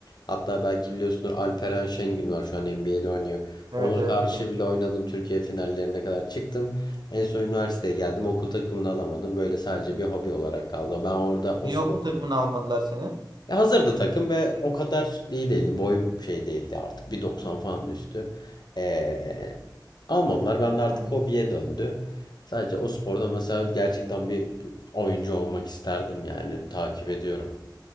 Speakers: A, on the left; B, on the right.
A: Hatta belki biliyorsunuz Alperen Şengün var şu an NBA'de oynuyor.
B: Evet
A: Ona
B: evet
A: karşı
B: biliyorum.
A: bile oynadım. Türkiye finallerine kadar çıktım. En son üniversiteye geldim. Okul takımını alamadım. Böyle sadece bir hobi olarak kaldı. Ben orada o
B: Niye
A: spor
B: okul takımını almadılar seni?
A: Ya hazırdı takım ve o kadar iyi değildi. Boyum şey değildi artık. 1.90 falan üstü. Ee, almadılar. Ben de artık
B: Hı.
A: hobiye döndü. Sadece o sporda mesela gerçekten bir oyuncu olmak isterdim yani. Takip ediyorum.